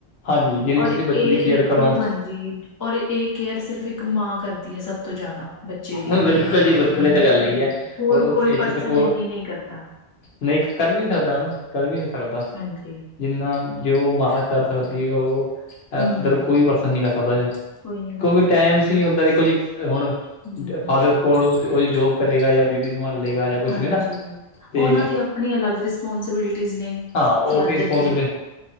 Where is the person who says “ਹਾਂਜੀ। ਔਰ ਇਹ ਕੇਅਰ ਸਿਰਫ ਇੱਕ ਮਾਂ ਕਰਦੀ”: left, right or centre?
Left